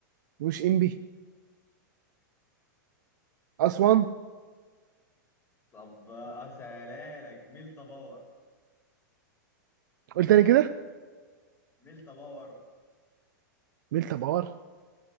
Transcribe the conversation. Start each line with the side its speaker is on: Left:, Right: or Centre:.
Right: مش امبي اسوان
Left: طب أسهلها لك ميلتا باور
Right: قلت تاني كده
Left: ميلتا باور
Right: ميلتا بار